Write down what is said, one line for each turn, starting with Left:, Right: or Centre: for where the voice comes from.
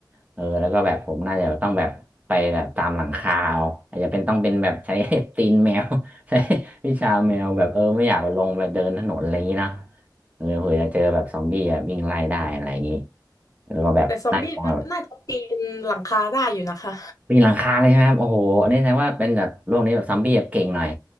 Right: เออแล้วก็แบบผมน่าจะต้องแบบไปแบบตามหลังคาเอาอาจจะเป็นต้องเป็นแบบใช้ <laughs> ตีนแมว <laughs> ใช้วิชาแมวแบบเออไม่อยากลงแบบเดินถนนอะไรอย่างนี้เนาะ เออเผื่อจะเจอแบบซอมบี้แบบวิ่งไล่ได้อะไรอย่างนี้แล้วก็แบบไล่ตรงแบบ
Left: แต่ซอมบี้มันน่าจะปีนหลังคาได้อยู่นะคะ
Right: ปีนหลังคาเลยใช่ไหมครับโอ้โหอันนี้แสดงว่าเป็นแบบโลกนี้แบบซอมบี้แบบเก่งหน่อย